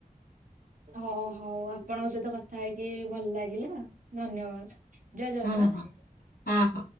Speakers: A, on the right; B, on the left.
A: ହଉ ହଉ ଆପଣଙ୍କ ସହିତ କଥା ହେଇକି ଭଲ ଲାଗିଲା ଧନ୍ୟବାଦ। ଜୟ ଜଗନ୍ନାଥ।
B: ହଁ ହଁ ହଁ ହଁ।